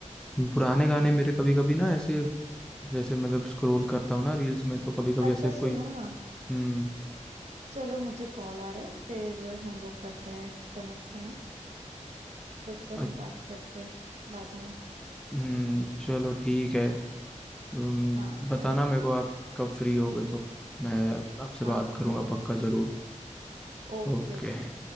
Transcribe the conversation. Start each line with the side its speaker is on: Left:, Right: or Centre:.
Centre: पुराने गाने
Right: हम्म।
Centre: मेरे कभी कभी ना ऐसे जैसे मतलब स्क्रॉल करता हूँ ना रील्स में तो कभी कभी
Right: अच्छा
Centre: ऐसे कोई
Right: सुनो ना
Centre: हम्म
Right: चलो मुझे कॉल आ रहा है फिर हम लोग करते हैं कनेक्ट है ना फिर से
Centre: अ-
Right: हम बात करते हैं बाद में
Centre: हम्म चलो ठीक है हम्म,
Right: हाँ
Centre: बताना
Right: है ना
Centre: मेरे को आप कब फ्री होगे तो मैं आपसे
Right: हाँ
Centre: बात
Right: हाँ
Centre: करूंगा पक्का जरूर
Right: ओके
Centre: ओके
Right: ओके